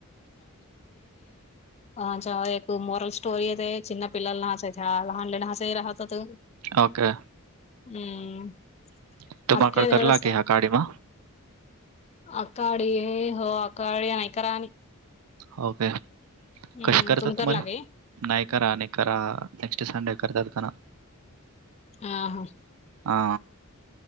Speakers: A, on the left (about 30°); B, on the right (about 85°).
A: <unintelligible>
B: ओके.
A: हम्म.
B: <unintelligible>
A: अखे एवढ <unintelligible>
B: हो काे
A: हम्म
B: कशी करतात
A: तुमकर
B: तुमारी.
A: लागे
B: नाही करा नाही करा नेक्स्ट संडे करतात का.
A: आ हा
B: हा